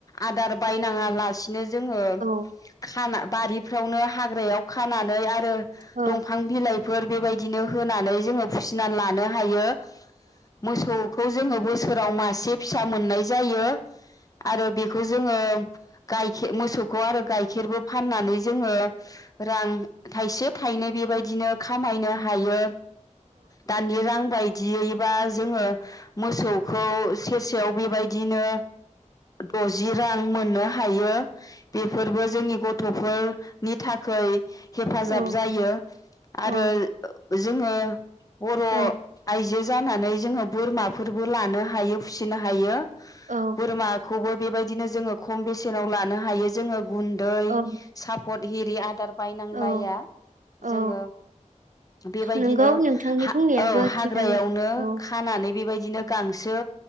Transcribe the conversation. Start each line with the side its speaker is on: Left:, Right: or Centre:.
Left: आदार बायनाङा लासिनो जोङो
Right: औ औ
Left: खाना बारिफ्रावनो हाग्रायाव खानानै आरो
Right: औ
Left: दंफां बिलाइ फोर बेबायदिनो होनानै जोङो फिसिनानै लानो हायो। मोसौ। खौ जोङो बोसोराव मासे फिसा मोननाय जायो। आरो बेखौ जोङो गायखे मोसौ खौ आरो गाइखेरबो फाननानै जोङो रां थाइसे थायोनो बेबायदिनो। खामायनो हायो दानि रां। बायदियैबा। जोङो मोसौखौ सेरसेयाव बेबायदि। दिनो दजि रां मोननो हायो। बेफोरबो जोंनि ग थफोरनि थाखै। हेफाजाब
Right: औ
Left: जायो आरो
Right: औ
Left: जोङो। बर'
Right: औ
Left: आइजो जानानै जोङो बोरमा। फोरबो लानो हायो फिसिनो हायो।
Right: औ
Left: बोरमा खौबो बेबायदिनो जोङो खम बेसेनाव लानो हायो। जोङो। गुन्दै
Right: औ
Left: साफ पद हिरि आदार। बायनांलाया
Right: औ औ
Left: जोङो बेबायदिनो
Right: नंगौ नोंथांनि
Left: हा
Right: बुंनायाबो
Left: औ हाग्रायावनो
Right: थिगानो औ
Left: खानानै बेबाय दिनो गांसो।